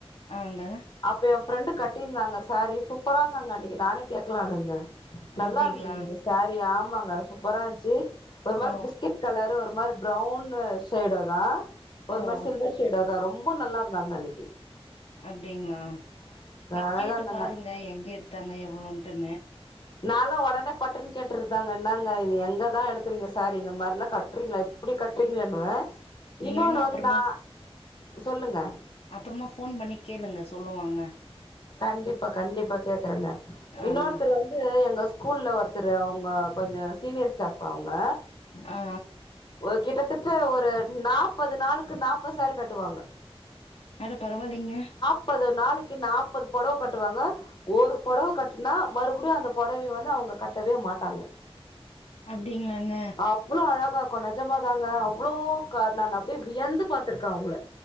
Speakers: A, on the left; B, on the left.
A: ஆங்க
B: அப்ப ஏ ஃப்ரெண்டு கட்டியிருந்தாங்க சாரி சூப்பரா இருந்தாங்க அன்னைக்கு நானே கேக்கலான்னுருந்த நல்லா
A: அப்டிங்களா?
B: இருந்ததுங்க ஷரி ஆமாங்க சூப்பரா இருந்துச்சி ஒரு மாரி
A: ஓ!
B: பிஸ்கெட் கலரு ஒரு மாரி பிரவுன் ஷேடோ தா ஒரு
A: ஓ!
B: மாரி சில்வர் ஷேடோ தா ரொம்ப நல்லா இருந்தாங்க அன்னைக்கி
A: அப்டிங்ளா நீங்
B: அழகா
A: கேட்டு
B: இருந்தாங்க
A: பாருங்க எங்க எடுத்தாங்க எவ்ளோன்டுன்னு
B: நால ஒடனே பட்டுன் கேட்ருந்தாங்க என்னாங்க இது எங்கதா எடுக்கறீங்க சாரி இந்த மாரி எல்லா கட்றீங்ளா இப்டி கட்றீங்களேன்னுவ
A: நீங்க
B: இன்னொன்னு
A: வேணா அப்புறமா
B: வந்து நா சொல்லுங்க
A: அப்புறமா போன் பண்ணி கேளுங்க சொல்லுவாங்க
B: கண்டிப்பா கண்டிப்பா கேக்கறங்க இன்னொருத்தர்
A: ஆங்க
B: வந்து எங்க ஸ்கூல்ல ஒருத்தரு அவ்ங்கப் கொஞ்ச சீனியர் ஸ்டாப் அவுங்க
A: ஆ
B: ஒரு கிட்டத்தட்ட ஒரு நாப்பது நாளுக்கு நாப்பது சாரி கட்டுவாங்க
A: அட பரவாயில்லைங்க
B: முப்பது நாளைக்கி நாப்பது பொடவ கட்டுவாங்க ஒரு பொடவ கட்டுனா மறுபடியு அந்த பொடவ வந்து அவங்க கட்டவே மாட்டாங்க
A: அப்டிங்ளாங்க
B: அவ்ளோ அழகா இருக்கு நெஜமாதாங்க அவ்ளோ கா நா அப்டியே வியந்து பாத்திருக்க அவங்கள